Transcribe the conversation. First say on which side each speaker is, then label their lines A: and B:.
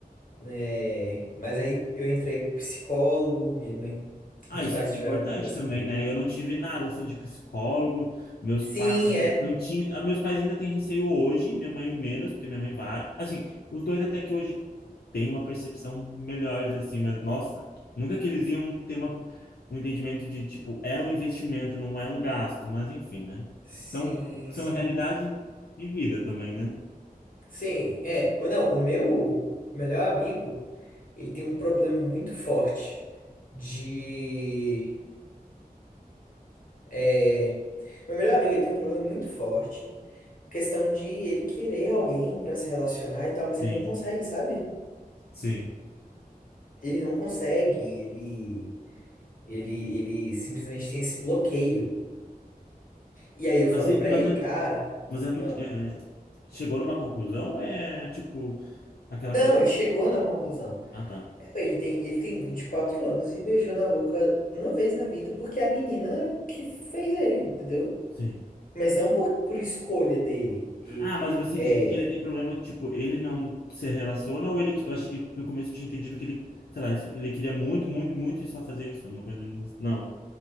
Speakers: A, on the left (about 60°); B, on the left (about 85°).
A: né? Mas aí eu entrei pro psicólogo, minha mãe,
B: Ah,
A: meus
B: isso
A: pais
B: foi
A: tiveram
B: importante
A: uma conversa
B: também,
A: comigo.
B: né? Eu não tive nada assim de psicólogo. Meus
A: Sim,
B: pais
A: é.
B: não tinham. ah, Meus pais ainda têm receio hoje, minha mãe menos, porque minha mãe vai. Assim, os dois até que hoje têm uma percepção melhor, assim, mas nossa, nunca que eles iam ter uma... um entendimento de tipo, é um investimento, não é um gasto, mas enfim, né?
A: Sim,
B: São, são
A: sim.
B: realidade de vida também, né?
A: Sim, é. o- Não, o meu melhor amigo, ele tem um problema muito forte de. É, meu melhor amigo, ele tem um problema muito forte. Questão de ele querer alguém pra se relacionar e tal, mas ele
B: Sim,
A: não consegue, sabe?
B: sim.
A: Ele não consegue, ele, ele, ele simplesmente tem esse bloqueio. E aí eu falei
B: Mas, e-
A: pra
B: mas
A: ele,
B: é
A: cara.
B: Mas é do
A: ah,
B: que. é- chegou numa conclusão? ou É tipo aquela
A: Não,
B: coisa.
A: ele chegou na conclusão.
B: Ah, tá.
A: Ele tem, ele tem 24 anos e beijou na boca uma vez na vida porque é a menina que fez ele, entendeu?
B: Sim.
A: Mas não por, por escolha dele. E,
B: Ah, mas você
A: é...
B: diz que ele tem problema que, tipo, ele não se relaciona ou ele. Eu achei, no começo eu tinha entendido que ele, sei lá, ele queria muito, muito, muito e só fazia isso. Uma coisa. Não.